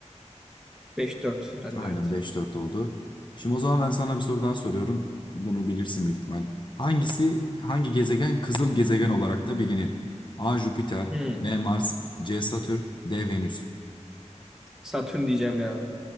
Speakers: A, in the centre; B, on the left.
A: Beş dört herhalde
B: Aynen
A: evet.
B: beş dört oldu. Şimdi o zaman ben sana bir soru daha soruyorum. Bunu bilirsin büyük ihtimal. Hangisi, hangi gezegen kızıl gezegen olarak da bilinir? A. Jüpiter,
A: Hmm.
B: B. Mars, C. Satürn, D. Venüs.
A: Satürn diyeceğim ya.